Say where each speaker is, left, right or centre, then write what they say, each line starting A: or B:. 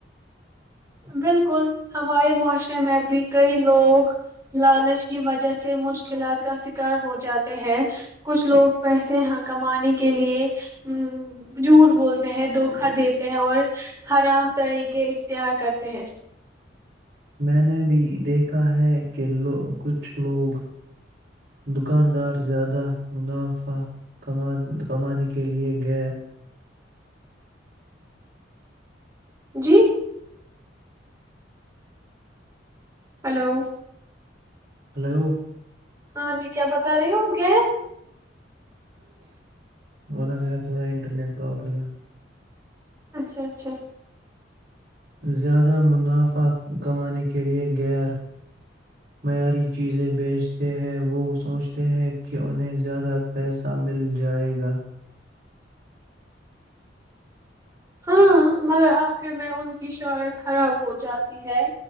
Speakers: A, on the right; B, on the right.
A: بالکل ہمارے معاشرے میں بھی کئی لوگ لالچ کی وجہ سے مشکلات کا شکار ہو جاتے ہیں کچھ لوگ پیسے کمانے کے لیے ا جھوٹ بولتے ہیں دھوکا دیتے ہیں اور حرام طریقے اختیار کرتے ہیں <inaudible>
B: میں نے بھی دیکھ ہیں کہ کچھ لوگ دکاندار <inaudible> زیادہ مناف <inaudible> کمان <inaudible> کمان <inaudible> کے لیے گیر
A: جی ہلو
B: ہلو
A: ہاں جی کیا بتا رہی ہو آپ گ
B: وہ نا میرا تھوڑا انٹرنیٹ پررابلم ہے <inaudible>
A: اچھا اچھا
B: زیادہ مک نافع کمانے کے لئے یر معیاری چیزیں بھی بیچتے ہیں وہ سوچ ہیں کہ انہیں زیادہ پیسہ مل جائے گا
A: ہاں مگر آخر میں ان کی شہرت خراب ہو جاتی ہے